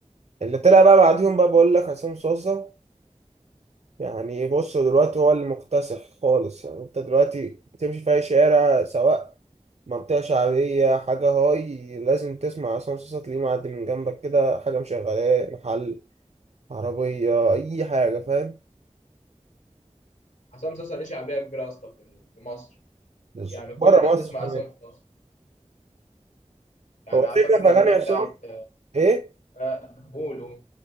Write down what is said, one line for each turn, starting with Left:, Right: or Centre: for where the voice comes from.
Right: اللي طلع بقى بعديهم بقى بقول لك عصام صوصة يعني بص دلوقتي هو اللي مكتسح خالص يعني انت دلوقتي بتمشي في اي شارع سواء منطقة شعبية حاجة هاي لازم تسمع عصام صاصا تلاقيه معدي من جنبك كده حاجة مشغلاه محل عربية أي حاجة فاهم
Left: حسام صاصا ليه شعبيه كبيره يا اسطى في في مصر
Right: بالظبط
Left: يعني كل
Right: بره
Left: الناس
Right: مصر
Left: بتسمع
Right: كمان
Left: عصام صاصا يعني
Right: هو الفكرة
Left: على فاكر الأغنية
Right: في أغاني عصام
Left: بتاعت
Right: إيه؟
Left: آه، قولوا